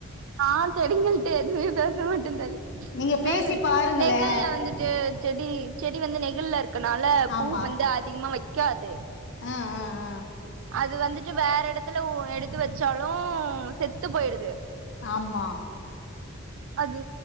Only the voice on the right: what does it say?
நா செடிங்கள்ட்ட எதுமே பேச மாட்டே தோழி
நா
நெகழ்ல வந்துட்டு செடி செடி வந்து நெகிழ்ல இருக் கனால
பூ வந்து அதிகமா வெக்காது
து வந்துட்டு வேற எடத்துல ஒ எடுத்து வெச்சாலு செத்து போயிடுது
அது